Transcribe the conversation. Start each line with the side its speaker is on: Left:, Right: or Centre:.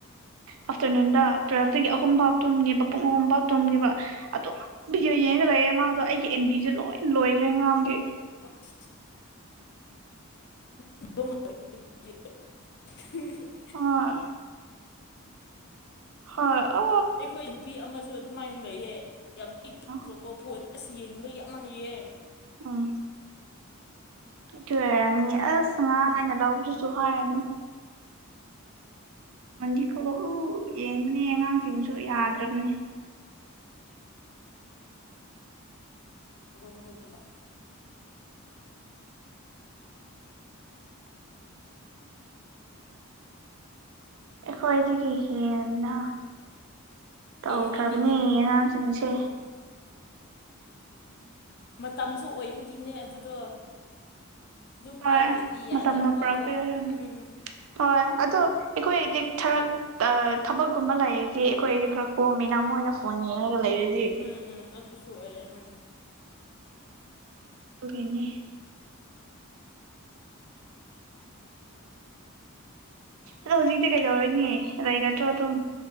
Right: ꯑꯥꯐꯇꯔꯅꯨꯟꯗ ꯇꯨꯋꯦꯜꯐꯇꯒꯤ ꯑꯍꯨꯝꯐꯥꯎ ꯇꯨꯝꯅꯦꯕ ꯄꯨꯡ ꯑꯍꯨꯝꯐꯥꯎ ꯇꯨꯝꯅꯦꯕ ꯑꯗꯨꯝ ꯕꯤꯗꯤꯌꯣ ꯌꯦꯡꯉꯒ ꯂꯩꯌꯦ ꯃꯥꯗꯣ ꯑꯩꯒꯤ ꯑꯦꯝꯕꯤꯖꯨ ꯂꯣꯏ ꯂꯣꯏꯈ꯭ꯔꯦ ꯉꯥꯔꯥꯡꯗꯤ
Left: <unintelligible> <unintelligible>
Right: ꯍꯣꯏ ꯍꯣꯏ ꯑ
Left: ꯑꯩꯈꯣꯏ ꯅꯨꯄꯤ ꯑꯃꯁꯨ ꯑꯗꯨꯃꯥꯏꯅ ꯂꯩꯌꯦ ꯌꯥꯝ ꯄꯤꯛ
Right: <unintelligible>
Left: ꯀꯣ ꯐꯣꯟ ꯑꯁ ꯌꯦꯡꯕ ꯌꯥꯝ ꯍꯩꯌꯦ
Right: <unintelligible> ꯑꯗꯨꯏ ꯑꯣꯏꯔꯝꯅꯤ ꯑꯁ ꯉꯔꯥꯡ
Left: ꯎꯝ
Right: ꯑꯩꯅ ꯂꯧꯗꯨꯁꯨ ꯍꯥꯏꯔꯒ <unintelligible> ꯌꯦꯡꯕꯅꯦ ꯑꯉꯥꯡꯁꯤꯡꯁꯨ ꯌꯥꯗ꯭ꯔꯕꯅꯦ
Left: <unintelligible>
Right: ꯑꯩꯈꯣꯏꯗꯒꯤ ꯍꯦꯟꯅ ꯇꯧꯈ꯭ꯔꯕꯅꯤ
Left: ꯍꯦꯟꯅꯅꯤ ꯍꯦꯟꯅꯅꯤ
Right: ꯑꯉꯥꯡꯁꯤꯡꯁꯦ
Left: ꯎꯝ ꯃꯇꯝꯁꯨ ꯑꯣꯏꯕꯒꯤꯅꯦ ꯑꯗꯨꯗꯣ ꯑꯗꯨꯝ ꯄꯥꯏꯗ꯭ꯔꯗꯤ
Right: ꯍꯣꯏ
Left: ꯌꯥꯗꯕꯒꯤꯀꯣ
Right: ꯃꯇꯝꯅ ꯄꯨꯔꯛꯄ ꯑꯣꯏꯔꯝꯅꯤ
Left: ꯎꯝ
Right: ꯍꯣꯏ ꯑꯗꯣ ꯑꯩꯈꯣꯏꯗꯤ ꯊꯔꯛ ꯊꯕꯛꯀꯨꯝꯕ ꯂꯩꯔꯤꯗꯤ ꯑꯩꯈꯣꯏꯗꯤ ꯈꯔ ꯀꯣꯝꯃꯤꯅ ꯃꯣꯏꯅ ꯐꯣꯟ ꯌꯦꯡꯉꯒ ꯂꯩꯔꯗꯤ
Left: ꯎꯝ ꯎꯝ ꯑꯗꯨꯁꯨ ꯑꯣꯏꯌꯦ ꯎꯝ
Right: ꯑꯗꯨꯒꯤꯅꯦ ꯑꯗꯣ ꯍꯧꯖꯤꯛꯇꯤ ꯀꯩꯗꯧꯔꯨꯅꯤ ꯂꯩꯒꯗ꯭ꯔꯣ ꯑꯗꯨꯝ